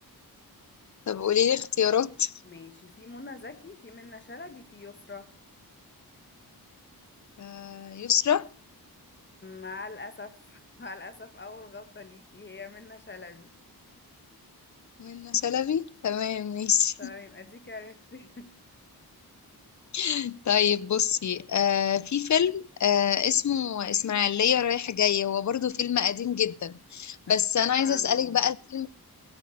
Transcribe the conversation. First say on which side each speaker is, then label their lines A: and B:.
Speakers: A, on the left; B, on the left.
A: طب قولي لي اختيارات
B: ماشي في منى زكي في منى شلبي في يسرى
A: آه يسرا
B: مع الأسف <laughs> مع الأسف أول غلطة ليكي هي منة شلبي
A: منة شلبي تمام ماشي
B: تمام يبقى ديك عرفتي
A: <laughs> طيب بصي آه في فيلم آه اسمه إسماعيلية رايح جاي هو برضو فيلم قديم جدا
B: <laughs>
A: بس
B: سمعت
A: أنا عايزة
B: عنه
A: أسألك
B: اه
A: بقى الفيلم